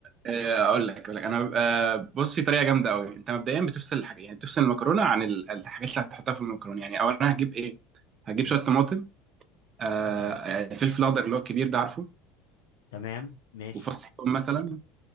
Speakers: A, on the right; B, on the left.
A: آه، اقول لك اقول لك انا ببقى- بص في طريقه جامده قوي انت مبدئيا بتفصل الحاجه يعني بتفصل المكرونه عن ال- الحاجات اللي هتحطها في المكرونه يعني اولا هجيب ايه هجيب
B: ايه
A: شويه طماطم آه
B: تمام
A: الفلفل الاخضر اللي هو الكبير ده عارفه
B: تمام ماشي
A: وفص ثوم مثلا